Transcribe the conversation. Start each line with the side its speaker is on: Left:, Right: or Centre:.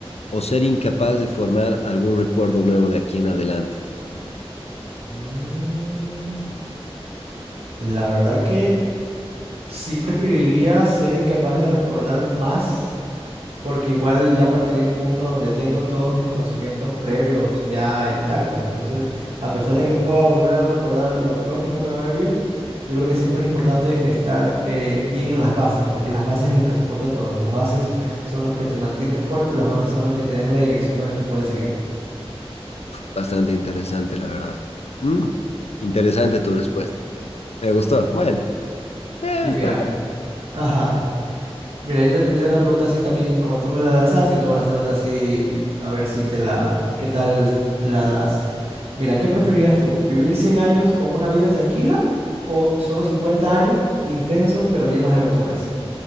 Left: o ser incapaz de formar algún recuerdo nuevo de aquí en adelante.
Right: Mm, la verdad que sí preferiría ser incapaz de recordar más Porque igual ya partiría un punto donde tengo todos mis conocimientos previos ya intactos. Entonces, a pesar de que no pueda volver a recordar lo próximo que va a vivir, yo creo que siempre es importante estar eh, bien en las bases, porque las bases es lo que soporta todo. Las bases son los que te mantienen fuerte, las bases son las que te dan la dirección donde tú puedes seguir.
Left: Bastante interesante, la verdad. Mm, interesante tu
Right: Ujú.
Left: respuesta. Me gustó. Bueno, eh,
Right: Y
Left: está
Right: mira, ajá, Mira, yo te tendría una pregunta así también, como tú me la lanzaste, yo te voy a lanzar otra así, a ver si te la, qué tal la das. Mira, ¿qué preferirías tú? ¿Vivir 100 años con una vida tranquila o solo 50 años intensos pero llenos de aventuras?